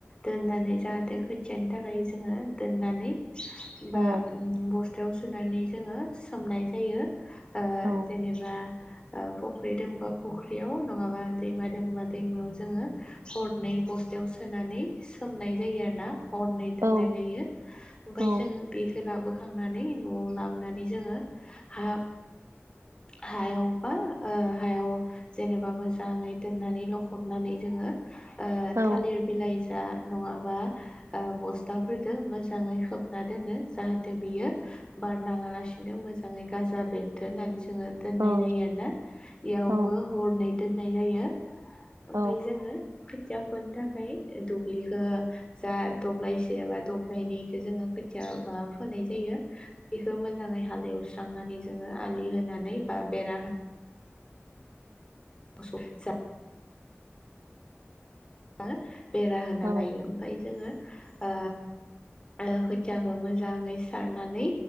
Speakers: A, on the left (about 20°); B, on the right (about 75°).
A: दोननानै जाहाथे खोथियानो थाखाय जोङो दोननानै बा
B: औ
A: बस्थायाव सोनानै जोङो सोमनाय जायो। ओ
B: औ
A: जेनेबा ओ फुख्रि दोङोबा फुख्रियाव नङाबा दैमा दोङोबा दैमायाव जोङो हरनै बस्थायाव सोनानै सोमनाय जायो आरो ना। हरनै दोननाय
B: औ
A: जायो ओमफ्राय
B: औ
A: जोङो बेखौ लाबो खांनानै नआव ला बोनानै जोङो हा हायाव बा ओ हायाव जेनेबा मोजाङै दोननानै लख'बनानै जोङो ओ
B: औ
A: थालिर बिलाइ जा नङाबा ओ बस्थाफोरदो मोजाङै खोबना दोनो जाहाथ थे बियो बाट नाङालासिनो मोजाङै गाजा बेरथो होननानै जोङो दोननाय
B: औ
A: जायो आरो ना इयावबो
B: औ
A: हरनै दोननाय जायो। ओमफाय
B: औ
A: जोङो खोथिया फोनो थाखाय दुब्लिखो जा दब्लायसे बा दब्लायनैखो जोङो खोथिया मा फोनाय जायो। बेखौ मोजाङै हालेवस स्रांनानै जोङो आलि होनानै बा बेरा होना <unintelligible> <unintelligible> बेरा होना
B: औ
A: लायो ओमफ्राय जोङोछ ओ ओ खोथियाखौ मोजाङै सारनानै